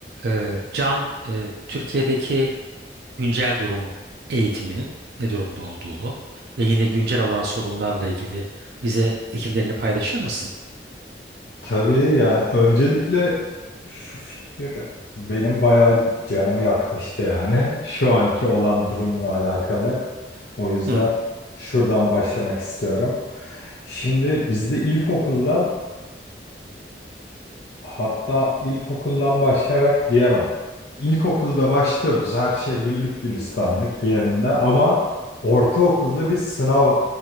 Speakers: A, on the right (about 65°); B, on the left (about 65°).
A: Ee, Can, e, Türkiye'deki güncel durum eğitimin ne durumda olduğunu ve yine güncel olan sorunlarla ilgili bize fikirlerini paylaşır mısın?
B: Tabii ya öncelikle şu fikir benim bayağı canımı yakmıştı yani <laughs> şu anki olan durumla alakalı. O yüzden
A: Hı,
B: şuradan başlamak istiyorum. Şimdi bizde ilkokuldan Hatta ilkokuldan başlayarak diyemem. İlkokulda başlıyoruz her şey güllük gülistanlık yerinde ama ortaokulda bir sınav